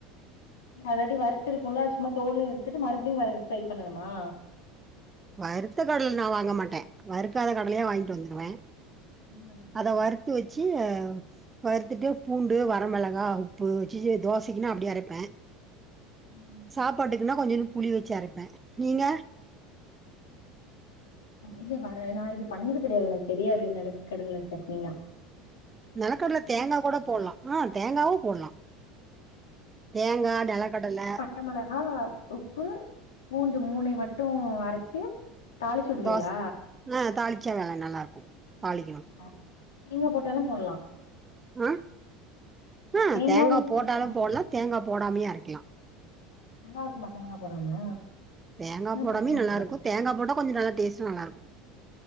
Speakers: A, on the left (about 65°); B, on the right (about 20°).
A: அல்ரெடி வறுத்துருக்குல்ல சும்மா தோல் எடுத்துட்டு மறுபுடியு வ ஃப்ரை பண்ணணுமா
B: வறுத்த கட்ல நா வாங்க மாட்டே வறுக்காத கடலையா வாங்கிட்டு வந்துடுவே
A: ம்
B: அத வறுத்து வச்சு வறுத்துட்டு பூண்டு வர மெளகா உப்பு வச்சுச்சு தோசைக்குனா அப்டி அரைப்பே
A: ம்
B: சாப்பாட்டுக்குன்னா கொஞ்சோன்டு புளி வச்சு அரைப்பே நீங்க
A: இது வர நா இது பண்ணது கெடயாது எனக்கு தெரியாது நெலக்கடல சட்னிலா
B: நெலக்கட்ல தேங்கா கூட போட்லா ஆ தேங்காவும் போட்லா தேங்கா நிலக்கடலை
A: பச்ச மொளகா உப்பு பூண்டு மூனை மட்டும் அரைச்சு தாளிச்சடுவீங்களா
B: தோச ஆ தாளிச்சா வேலை நல்லா இருக்கும் தாளிக்கணும்
A: அ நீங்க போட்டாலும் போடலாம்
B: ஆஹ ஆஹ
A: தேங்காவும்
B: தேங்காய்
A: யூஸ்
B: போட்டாலு
A: பண்ணிக்கலாமா
B: போடலா தேங்காய் போடாமையு ஆரைகலா
A: நல்லா இருக்குமா தேங்க போடாம
B: தேங்கா
A: நா
B: போடமே
A: பண்ணதில்ல
B: நல்ல இருக்கு தேங்கா போட்ட கொஞ்சோ நல்ல டேஸ்ட்டா நல்லா இருக்கு